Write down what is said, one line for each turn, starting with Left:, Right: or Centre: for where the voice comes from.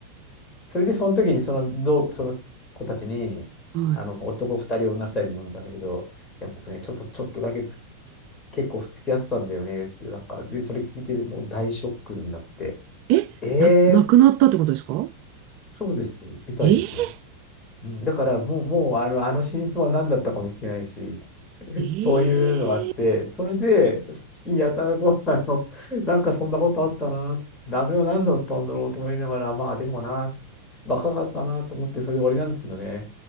Left: それで、その時にその、どう、その子たちに、
Right: は
Left: あの、男2人、女2人で飲んだんだけど、いや、僕ね、ちょっと、ちょっとだけつ結構付き合ってたんだよね、つって、なんか、で、それ聞いて、もう大ショックになって、
Right: い。え、
Left: えー、
Right: な、なくなったってことですか
Left: つそうです、みたいですよ。
Right: え
Left: うん、だからもう、もうあの、あの真相は何だったかも聞けないし、
Right: ええー
Left: そういうのがあって、それで、最近やたらこう、あの、なんかそんなことあったな、つって、鍋は何だったんだろうと思いながら、まあでもな、つって若かったなと思って、それで終わりなんですけどね。